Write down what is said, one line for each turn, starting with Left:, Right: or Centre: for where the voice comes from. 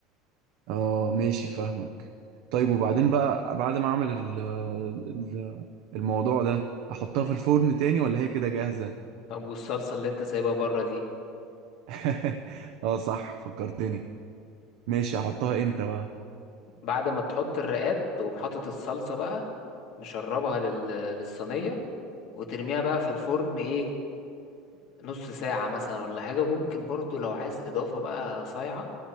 Right: اه ماشي فاهمك طيب وبعدين بقى بعد ما اعمل ال- ال- الموضوع ده احطها في الفرن تاني ولا هي كده جاهزة
Left: طب والصلصة اللي أنت سايبها بره دي
Right: <laughs> اه صح فكرتني ماشي احطها امتى بقى
Left: بعد ما تحط الرقات تقوم حاطط الصلصة بقى مشربها لل... للصينية وترميها بقى في الفرن إيه نص ساعة مثلا ولا حاجة ممكن برضو لو عايز إضافة بقى صايعة